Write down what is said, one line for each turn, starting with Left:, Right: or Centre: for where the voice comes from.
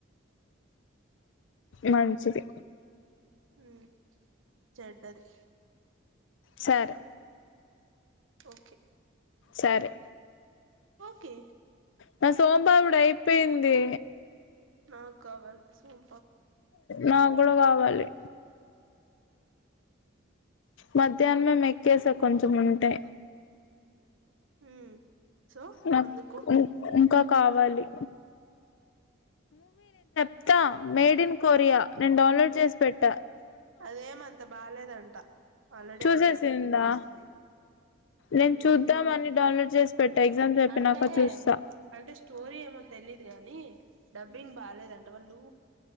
Left: మంచిది
Right: ఉమ్ చెడ్డది
Left: సరే
Right: ఓకే
Left: సరే
Right: ఓకే
Left: నా సొంపపిడి అయిపింది
Right: నాక్ కావల్ సోం
Left: నాకు కూడా కావాలి మధ్యాహ్నమే మెక్కేసా కొంచం ఉంటే
Right: హ్మ్ సో
Left: నాకు
Right: ఎందుకు గు
Left: ఇంకా కావాలి త్త మేడ్ ఇన్ కొరియా నేను డౌన్లోడ్ చేసి పెట్ట
Right: అదేమంత బాలేదంతా ఆల్రెడీ
Left: చూసేసిందా
Right: ఆ పిల్ల కొంచెం చూసింది
Left: నేను
Right: ఉమ్
Left: చూద్దామని డౌన్లోడ్ చేసి పెట్టా ఎగ్జామ్స్ అయిపోయినాక
Right: అంటే
Left: చూస్తా
Right: అంటే స్టోరీ ఏమో తెలీదు గానీ డబ్బింగ్ బాలేదంట వాళ్ళు